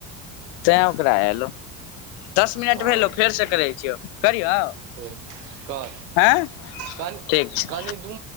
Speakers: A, on the left; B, on the right.
A: तैं ओकरा एयलौ दस मिनट
B: हँ
A: भेलौ फेरसँ करै छियौ करियौ
B: ठीक कह
A: हँ
B: कनि
A: ठीक छै
B: कनि दू